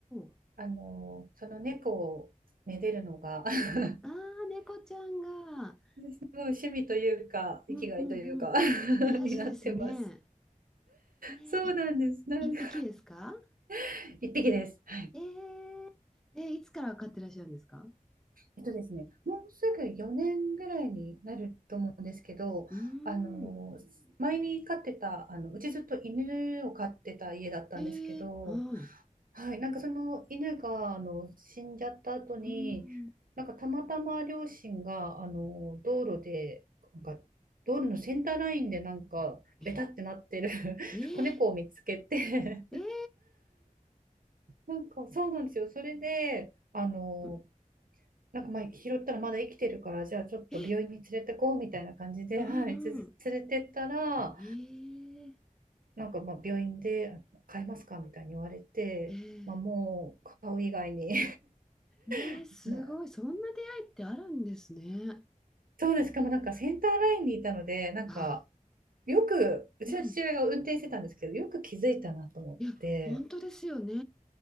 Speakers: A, in the centre; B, on the right.
A: ー。
B: あの、その猫をめでるのが <laughs> す
A: あー、猫ちゃんが。
B: ごい <laughs> 趣味というか、生きがいというか
A: うんうんうん。
B: <laughs>
A: 癒しですね。
B: になってます。
A: ね、
B: そうなんです。
A: い、
B: なんか
A: 一匹ですか
B: <laughs> 一匹です。はい
A: えー、えーいつから飼ってらっしゃるんですか
B: えっとですね、もうすぐ4年ぐらいになると思うんですけど、
A: うーん。
B: あの前に飼ってたあのうちずっと犬を飼ってた家だったんですけど、
A: えー、はい。
B: はい、なんかその犬があの死んじゃった後になんかたまたま両親があの道路でなんか道路のセンターラインでなんかベタってなってる
A: うーん。えー、
B: <laughs>
A: えー、
B: 子猫を見つけて
A: えー、
B: なんかそうなんですよそれであの
A: うん
B: なんかまあ拾ったらまだ生きてるからじゃあちょっと病院に連れてこうみたいな感じで、
A: え、うんうん。
B: <laughs> はい、つ連れてったら
A: えー、
B: なんかまあ病院で買いますかみたいに言われて、
A: えー
B: まあ、もう買う以外に
A: ねえ、
B: <laughs>
A: すごい。そんな出会いってあるんですね。
B: そうですしかもなんかセンターラインにいたのでなんか
A: あ、
B: よくうちの父親が運転してたんですけどよく気づいたなと思って
A: うん。いや、本当ですよね。